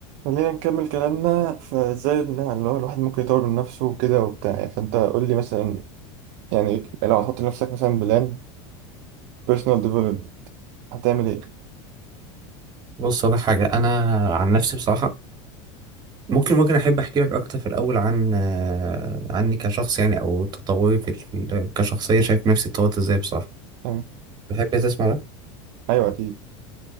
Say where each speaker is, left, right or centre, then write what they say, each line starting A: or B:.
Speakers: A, on the right; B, on the right.
A: خلينا نكمل كلامنا فازاي اللي اللي هو الواحد ممكن يطور من نفسه وكده وبتاع يعني فانت قول لي مثلا يعني لو هتحط لنفسك مثلا بلان بيرسونال ديفلوبمنت هتعمل ايه؟
B: بص أقول لك حاجة أنا عن نفسي بصراحة ممكن ممكن أحب أحكي لك أكتر في الأول عن آه، عني كشخص يعني أو تطوري في ال- كشخصية شايف نفسي اتطورت إزاي بصراحة
A: تمام
B: تحب تسمع ده؟
A: ايوه اكيد